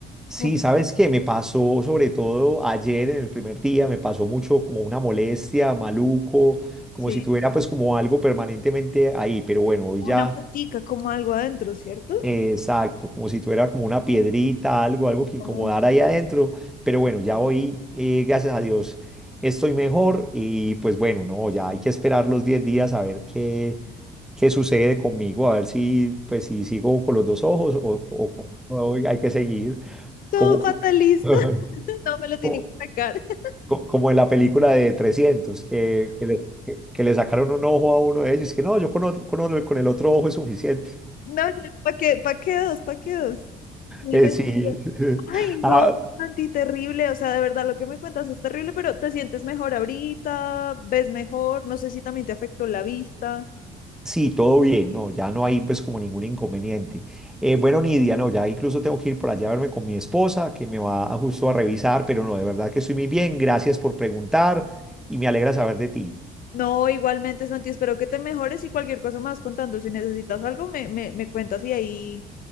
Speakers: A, in the centre; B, on the left.
A: Sí,
B: Como que,
A: ¿sabes qué? Me pasó sobre todo ayer en el primer día, me pasó mucho como una molestia, maluco, como
B: sí.
A: si tuviera pues como algo permanentemente ahí, pero bueno, hoy
B: Como
A: ya,
B: una motica, como algo adentro, ¿cierto?
A: eh, exacto, como si tuviera como una piedrita, algo, algo que
B: Como
A: incomodara ahí adentro, pero bueno, ya hoy, eh, gracias a Dios, estoy mejor y pues bueno, no, ya hay que esperar los 10 días a ver qué, qué sucede conmigo, a ver si pues si sigo con los dos ojos o, o, o hay que seguir.
B: Todo
A: cómo
B: fatalista.
A: <laughs>
B: <laughs> No me lo tienen
A: co-
B: que sacar. <laughs>
A: co- como en la película de 300 que, que, le, que- que le sacaron un ojo a uno de ellos, que no, yo con, otro- con, otro- con el otro ojo es suficiente.
B: No, ¿para qué? ¿Para qué dos? ¿Para qué dos? No hay
A: Eh,
B: necesidad.
A: sí, <laughs>
B: Ay,
A: Ah,
B: no, Santi, terrible. O sea, de verdad, lo que me cuentas es terrible, pero te sientes mejor ahorita, ves mejor, no sé si también te afectó la vista.
A: sí, todo bien, no, ya no hay pues como ningún inconveniente. Eh,
B: Ok.
A: bueno, Nidia, no, ya incluso tengo que ir por allá a verme con mi esposa, que me va a, justo a revisar, pero no, de verdad que estoy muy bien, gracias por preguntar y me alegra saber de ti.
B: No, igualmente, Santi, espero que te mejores y cualquier cosa más contando. Si necesitas algo, me, me, me cuentas y ahí,